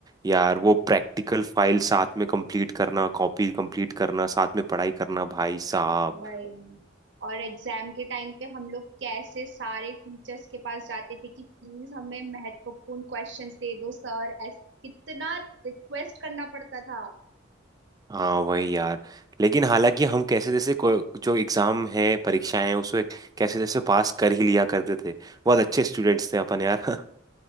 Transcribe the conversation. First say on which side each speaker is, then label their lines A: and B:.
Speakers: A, on the right; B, on the right.
A: यार वो प्रैक्टिकल फाइल साथ में कंप्लीट करना कॉपी कंप्लीट करना साथ में पढ़ाई करना भाई साहब
B: वही और एग्जाम के टाइम पे हम लोग कैसे सारे टीचर्स के पास जाते थे कि प्लीज हमें महत्वपूर्ण क्वेश्चंस दे दो सर ऐस कितना रिक्वेस्ट करना पड़ता था
A: हाँ वही यार लेकिन हालांकि हम कैसे जैसे को- जो एग्जाम है परीक्षाएं हैं उसमें कैसे जैसे पास कर ही लिया करते थे बहुत अच्छे स्टूडेंट्स थे अपन यार <laughs>